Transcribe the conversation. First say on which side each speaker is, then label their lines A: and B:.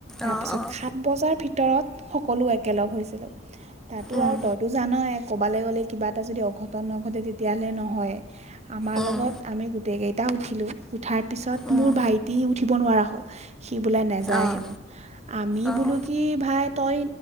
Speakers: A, in the centre; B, on the right.
A: অঁ
B: <inaudible>
A: অঁ
B: ভিতৰত সকলো একেলগ হৈছিলোঁ তাতো
A: উম
B: আৰু তইতো জান এক ক'বালৈ গ'লে কিবা এটা যদি অঘটন নঘটে তেতিয়াহ'লে নহয় আমাৰ
A: উম
B: লগত। আমি গোটেইকেইটা উঠিলোঁ উঠাৰ তাৰপিছত
A: উম
B: মোৰ ভাইটি উঠিব নোৱাৰা <inaudible> সি বোলে নাযায়
A: অঁ
B: হেনো আমি
A: অঁ
B: বোলো কি ভাই তই